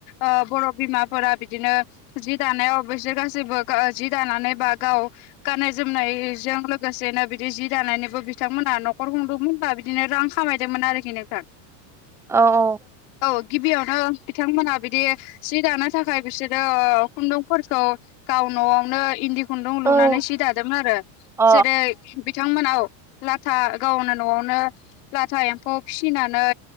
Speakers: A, on the left (about 60°); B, in the centre.
A: ओ बर' बिमाफोरा बिदिनो जि दानायाव अबसे गासिबो ओ जि दानानै बा गाव गाननाय जोमनायजों लोगोसेनो बिदि जि दानायनिबो बिथांमोना न'खर खुंदों <unintelligible> बिदिनो रां खामायदोंमोन आरोखि नोंथां
B: औ औ
A: औ गिबियावनो बिथांमोना बिदि सि दानो थाखाय बिसोरो खुन्दुंफोरखौ गाव न'आवनो इन्दि खुन्दुं लुनानै
B: औ
A: सि दादोंमोन आरो
B: अ
A: जेरै बिथांमोना औ लाथा गावनो न'आवनो लाथा एम्फौ फिसिनानै